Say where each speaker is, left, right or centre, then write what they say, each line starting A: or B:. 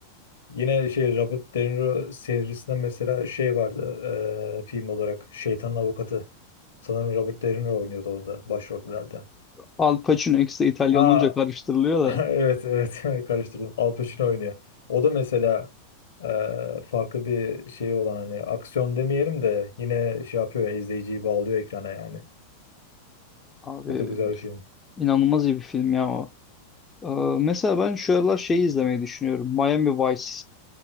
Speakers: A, on the left (about 65°); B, on the left (about 15°).
A: Yine şey Robert De Niro serisinden mesela şey vardı e, film olarak Şeytanın Avukatı. Sanırım Robert De Niro oynuyordu orada başrollerde.
B: Al Pacino X'de İtalyan
A: Aa,
B: olunca karıştırılıyor
A: <laughs>
B: da.
A: Evet evet <laughs> karıştırdım. Al Pacino oynuyor. O da mesela e, farklı bir şey olan hani aksiyon demeyelim de yine şey yapıyor ya, izleyiciyi bağlıyor ekrana yani.
B: Abi
A: O da güzel bir film.
B: inanılmaz iyi bir film ya o. Ee, mesela ben şu aralar şeyi izlemeyi düşünüyorum. Miami Vice.